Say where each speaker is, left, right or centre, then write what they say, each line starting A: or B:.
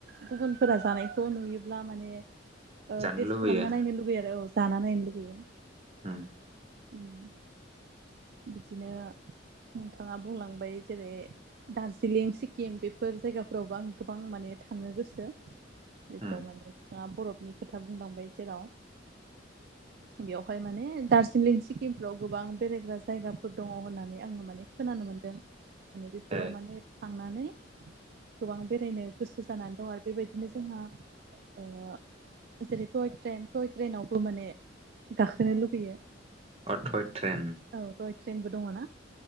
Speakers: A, on the right (about 55°); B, on the right (about 30°).
A: गुबुनफोरा जानायखौ नुयोब्ला माने
B: जानो
A: टेस्ट
B: लुबैयो
A: खालामना नायनो लुगैयो आरो औ जाना नायनो लुगैयो
B: उम
A: उम बिदिनो नोंथाङा बुंलांबाय जेरै दार्जिलिं सिक्किम बेफोर जायगाफोरावबो आं गोबां माने थांनो गोसो बेफोर
B: उम
A: माने <unintelligible> बरफनि खोथा बुंलांबाय जेराव बेवहाय माने दार्जिलिं सिक्किमफ्राव गोबां बेरायग्रा जायगाफोर दङ होननानै आङो माने खोनानो मोनदों माने बेफोराव
B: ओ
A: माने थांनानै गोबां बेरायनो गोसो जानानै दं आरो बेबायदिनो जोंहा ओ जेरै टय ट्रेन टय ट्रेनावबो माने गाखोनो लुबैयो
B: अ थ‌इ ट्रेन
A: औ टइ ट्रेनबो दङ ना